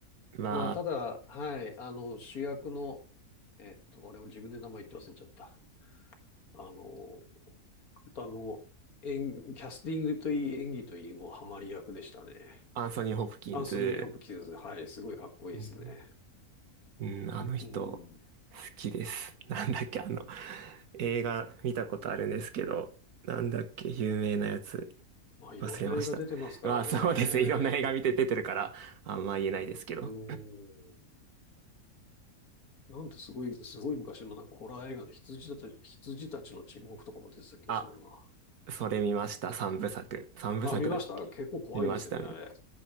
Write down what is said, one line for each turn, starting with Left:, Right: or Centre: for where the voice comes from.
Right: ま
Left: まあただ、はい、あの主役の、えっと、あれを自分で名前言って忘れちゃった。あの、あとあの、演、キャスティングといい、演技といい、もうハマり役でしたね。
Right: あ、アンソニー・ホプキンズ。
Left: アンソニー・ホプキンズ、はい、すごいかっこいいですね。
Right: うんうん、あの人、
Left: うん。
Right: 好きです。<laughs> なんだっけ、あの、映画見たことあるんですけど、なんだっけ、有名なやつ、
Left: まあ、いろんな映画出てますからね。
Right: 忘れました。まあ、そうですね。いろんな映画見て出てるから、あんま言えないですけど。
Left: うん。なんてすごい、すごい昔のなんかホラー映画で羊たち、羊たちの沈黙とかも出てた気がするな。
Right: <clears throat> あ、それ見ました。三部作。三部作だっけ見ました。
Left: あ、見ました結構怖いですよね、
Right: 見ま
Left: あれ。